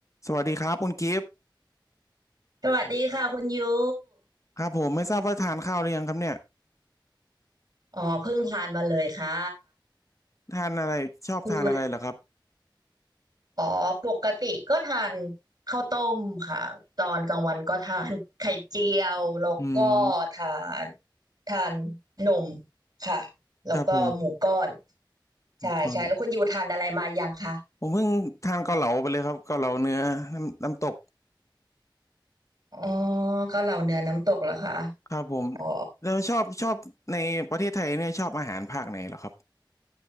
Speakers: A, on the left; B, on the right.
A: สวัสดีครับคุณกิฟต์
B: สวัสดีค่ะคุณยู
A: ครับผมไม่ทราบว่าทานข้าวหรือยังครับเนี่ย
B: อ๋อเพิ่งทานมาเลยค่ะ
A: ทานอะไรชอบทานอะไรเหรอครับ
B: คุณยูอ๋อปกติก็ทานข้าวต้มค่ะตอนกลางวันก็ทาน <laughs> ไข่เจียวแล้วก็
A: อืม
B: ทานทานนมค่ะแล้วก็หมูก้อน
A: ครับผมผมก่อน
B: ใช่ใช่แล้วคุณยูทานอะไรมายังคะ
A: ผมเพิ่งทานเกาเหลาไปเลยครับเกาเหลาเนื้อน้ำน้ำตก
B: อ๋อเก็เหล่าเนื้อน้ำตกเหรอคะ
A: ครับผม
B: อ๋อ
A: แล้วชอบชอบในประเทศไทยเนี่ยชอบอาหารภาคไหนเหรอครับ